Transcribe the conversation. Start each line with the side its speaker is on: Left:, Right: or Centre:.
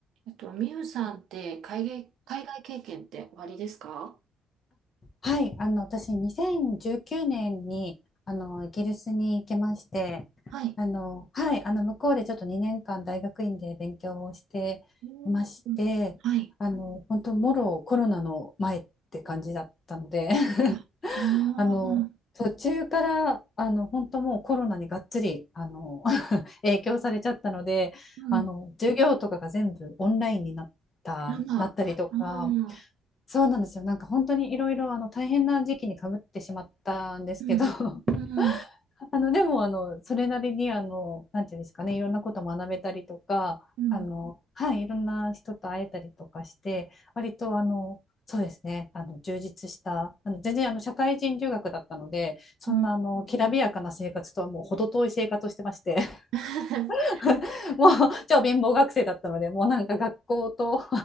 Right: えっと、みゆさんって海外、海外経験っておありですか
Left: はい、あの私2019年にあのイギリスに行きまして、
Right: はい。
Left: あのはい、あの向こうでちょっと2年間大学院で勉強をしていまして、
Right: うんうんはい。
Left: あの本当もろコロナの前って感じだったので <laughs>、
Right: はいあのー、
Left: あの途中からあの本当もうコロナにがっつりあの <laughs> 影響されちゃったので、
Right: うん、
Left: あの授業とかが全部オンラインになった、
Right: なんだ、ああ
Left: なったりとか。そうなんですよ。なんか本当にいろいろあの大変な時期にかぶってしまったんですけど、
Right: うん、
Left: <laughs>
Right: うん、
Left: あのでもあのそれなりにあのなんていうんですかね、いろんなこと学べたりとか、
Right: うん、
Left: あのはいいろんな人と会えたりとかして、割とあのそうですね、あの充実したあの全然あの社会人留学だったので、そんなあのきらびやかな生活とはもう程遠い生活をしてまして、
Right: うん。<laughs>
Left: <laughs> もう超貧乏学生だったのでもうなんか学校と